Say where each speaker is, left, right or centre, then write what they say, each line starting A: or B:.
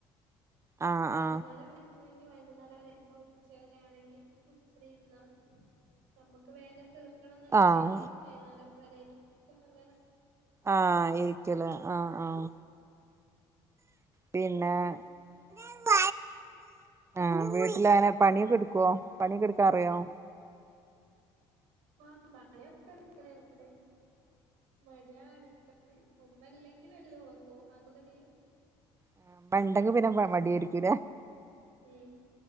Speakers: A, on the right; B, on the right.
A: ആഹ്
B: വൈകുന്നേരം
A: ആഹ്
B: ആയിരിക്കും ണെങ്കി വൈകുന്നേരം വരൊക്കെ ഉച്ചവരെ ആണെങ്കിൽ ഉച്ചരെ ഇരുന്നാൽ മതി നമ്മുക്ക് വേഗം തീർക്കണം എന്നുണ്ടെങ്കിൽ
A: ആഹ്
B: വൈകനേര വരട്ട അങ്ങനെ
A: ആഹ ഇരിക്കല ആഹ ആഹ പിന്നെന്ത
B: പോവും
A: ആഹ വീട്ടില അനെ പണിയൊക്കെ എടുക്കുവോ പണിയൊെടുക്കാറിയോ
B: ആഹ് പണൊക്ക എടുക്കണ്ട് മടിയാണ് ഉമ്മല്ലെങ്കില എല്ലോ നക്കോ ആഗ കഥ
A: ആ പണ്ടെങ്ക പിന്നെ മടായിരിക്കൂല
B: ഉം